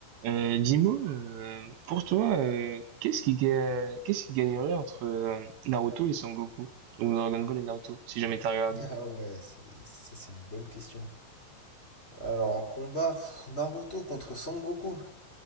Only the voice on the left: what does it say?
Ah ouais, c'est- ça c'est une bonne question. Alors en combat, pff, Naruto contre Sangoku.